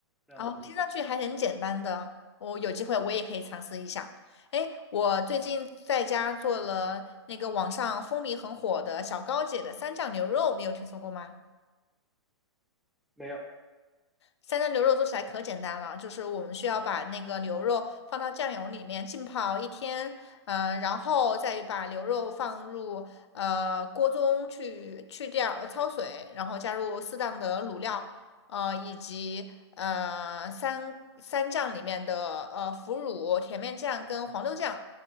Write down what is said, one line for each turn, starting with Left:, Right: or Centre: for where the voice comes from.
Centre: 这样子。
Left: 哦，听上去还很简单的。我有机会我也可以尝试一下。哎，我最近在家做了那个网上风靡很火的小高姐的三酱牛肉，你有听说过吗？
Centre: 没有，
Left: 三鲜牛肉做起来可简单了，就是我们需要把那个牛肉放到酱油里面浸泡一天，嗯、呃然后再把牛肉放入呃锅中去去掉呃焯水，然后加入适当的卤料，呃以及呃三三酱里面的呃腐乳、甜面酱跟黄豆酱，